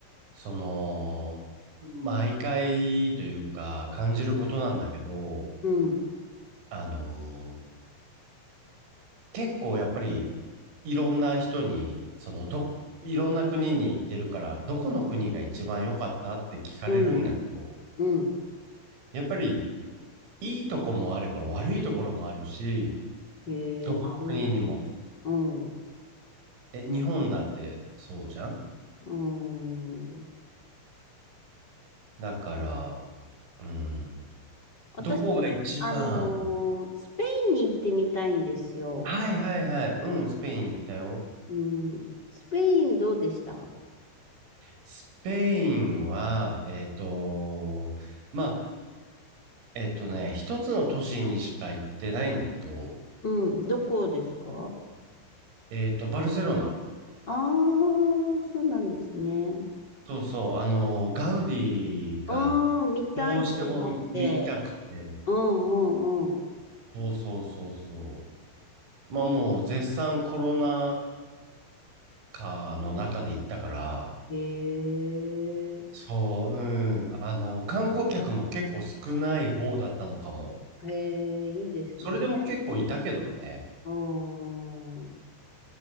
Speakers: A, on the right; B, on the left.
A: その、毎回というか感じることなんだけど、
B: うん。
A: あの、結構やっぱりいろんな人に、そのど、いろんな国に行ってるから、どこの国が一番良かったって聞かれるんだけど、
B: うん。うん。
A: やっぱりいいとこもあれば悪いところもあるし、
B: へえ。
A: どこの国にも。
B: うん。
A: え、日本だってそうじゃん
B: うん。
A: だから、うん、
B: 私、
A: どこが一番、
B: あのースペインに行ってみたいんですよ。
A: はいはいはい、うん、スペイン行ったよ。
B: うん。スペインどうでした
A: スペインは、えっと、まあ、えっとね、一つの都市にしか行ってないんだけど、
B: うん。どこですか
A: えっと、バルセロナ。
B: ああー、そうなんですね。
A: そうそう、あの、ガウディが
B: うん、見たいと思って。
A: どうしても見たくて、
B: うんうんうん。
A: そうそうそうそう。まあもう絶賛コロナ禍の中で行ったから、
B: へえ、
A: そう、うん、あの、観光客も結構少ない方だったのかも。
B: へえ、いいですね。
A: それでも結構いたけどね。
B: あー